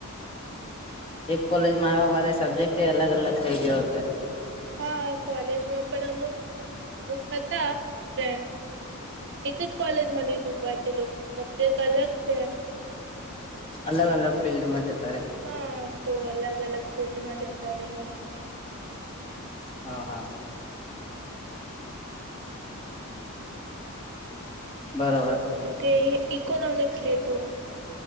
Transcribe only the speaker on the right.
હા કોલેજમાં પણ અમુક અમુક હતા ફ્રેન્ડસ. એક જ કોલેજમાં લીધું બટ એ લોકો ને સબ્જેક્ટ અલગ છે.
હા તો અલગ અલગ ફિલ્ડમાં જતા રહ્યા.
મ ઇકોનોમિક્સ લીધું